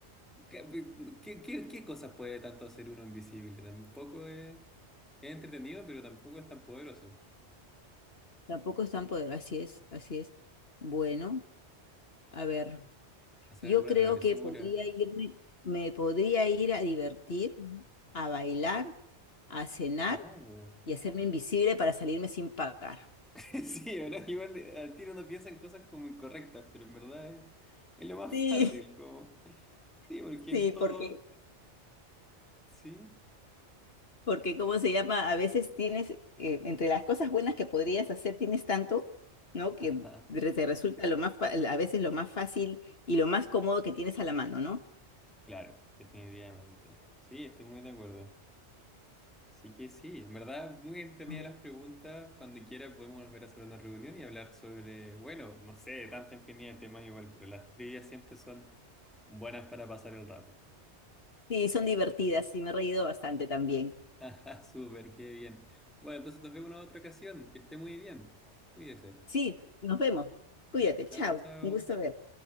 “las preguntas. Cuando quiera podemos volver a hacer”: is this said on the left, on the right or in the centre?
Centre